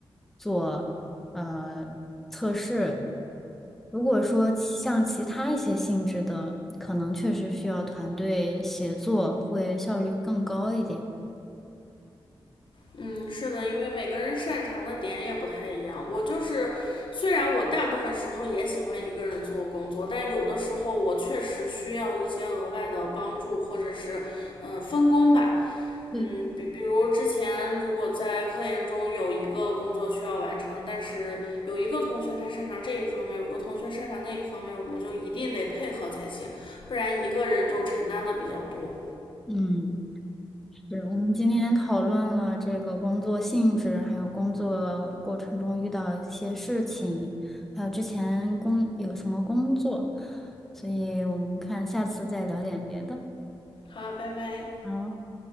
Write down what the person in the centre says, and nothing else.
做呃测试。如果说像其他一些性质的，可能确实需要团队协作，会效率更高一点。
对。
嗯，是我们今天讨论了这个工作性质，还有工作过程中遇到一些事情，还有之前工有什么工作，所以我们看下次再聊点别的。
好。